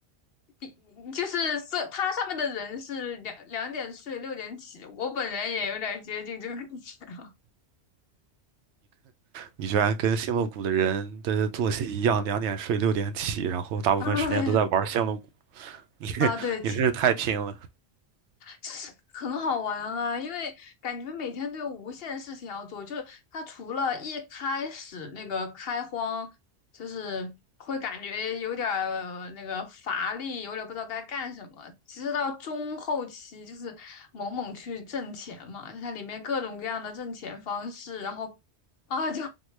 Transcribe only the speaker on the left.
比就是色，它上面的人是两两点睡六点起，我本人也有点接近这个感觉。
<laughs> 哎
啊，对，
其就是很好玩啊，因为感觉每天都有无限事情要做。就是它除了一开始那个开荒，就是会感觉有点儿那个乏力，有点儿不知道该干什么。其实到中后期，就是猛猛去挣钱嘛，就它里面各种各样的挣钱方式，然后啊，就